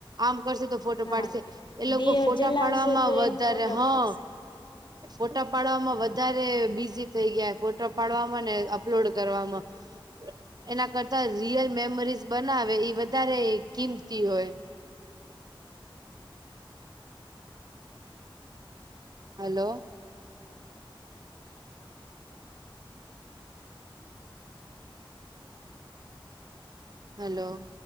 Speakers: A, on the right; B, on the left.
A: આમ કરશે તો ફોટો
B: હા
A: પાડશે એ લોકો
B: દીયો
A: ફોટા
B: જલાવશે
A: પાડવામાં
B: તો
A: વધારે
B: એ ફોટો
A: હા
B: પડશે
A: ફોટા પાડવામાં વધારે બીઝી થઈ ગયા ફોટા પાડવાવામાં ને અપલોડ કરવામાં એના કરતા રિયલ મેમરીઝ બનાવે ઈ વધારે કિંમતી હોય. હલો. હલો.